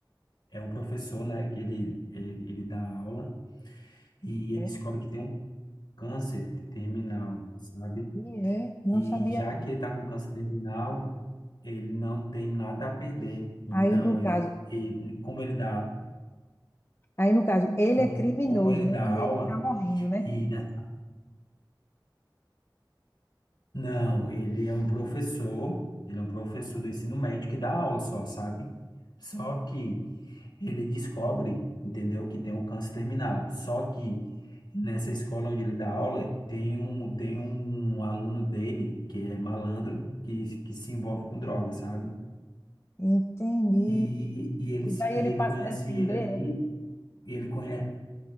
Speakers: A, on the left; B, on the left.
A: é um professor, né? Que ele, ele, ele dá aula e ele
B: É,
A: descobre que tem um câncer terminal, sabe?
B: e é,
A: E
B: não sabia.
A: já que ele tá com câncer terminal, ele não tem nada a perder. Então,
B: Aí, no
A: ele,
B: caso,
A: ele como ele dá,
B: Aí, no caso, ele
A: como,
B: é criminoso,
A: como ele
B: né?
A: dá
B: E
A: aula,
B: ele tá morrendo, né?
A: e na- não, ele é um professor, ele é um professor do ensino médio que dá aula só, sabe? Só que ele descobre, entendeu, que tem um câncer terminal. Só que nessa escola onde ele dá aula, tem um, tem um aluno dele que é malandro, que, que se envolve com droga, sabe?
B: Entendi.
A: E, e, ele,
B: E
A: se-
B: daí
A: e
B: ele
A: ele
B: passa
A: conhece
B: a defender.
A: ele ali, e ele conhece